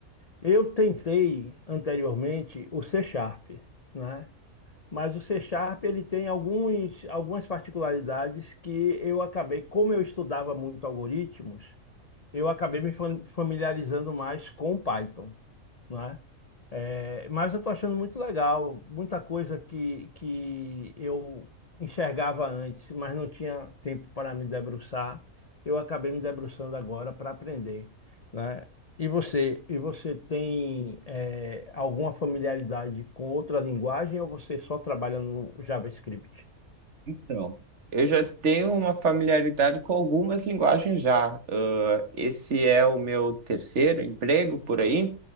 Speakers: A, on the left; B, on the right.
A: Eu tentei anteriormente o C Sharp, né? Mas o C Sharp ele tem alguns, algumas particularidades que eu acabei, como eu estudava muito algoritmos, eu acabei me fam- familiarizando mais com o Python, né? É, mas eu estou achando muito legal, muita coisa que, que eu enxergava antes, mas não tinha tempo para me debruçar. Eu acabei me debruçando agora para aprender, né? E você, e você tem é, alguma familiaridade com outra linguagem ou você só trabalha no JavaScript?
B: Então, Eu já tenho uma familiaridade com algumas linguagens já. Ah, esse é o meu terceiro emprego por aí,